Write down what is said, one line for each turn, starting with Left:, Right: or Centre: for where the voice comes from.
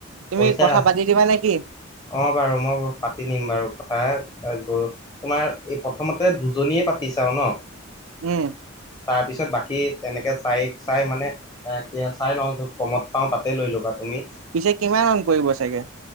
Right: তুমি
Left: পইচা
Right: কথা
Left: আছে
Right: পাতি দিবানে কি?
Left: অ', বাৰু মই পাতি দিম বাৰু কথা গৰু তোমাৰ এই প্ৰথমতে দুজনীয়ে পাতি চাওঁ ন,
Right: উম,
Left: তাৰপিছত বাকী তেনেকে চাই চাই মানে এ কি চাই ন য'ত কমত পাওঁ তাতে লৈ ল'বা। তুমি
Right: পিছে কিমান মান পৰিব চাগে?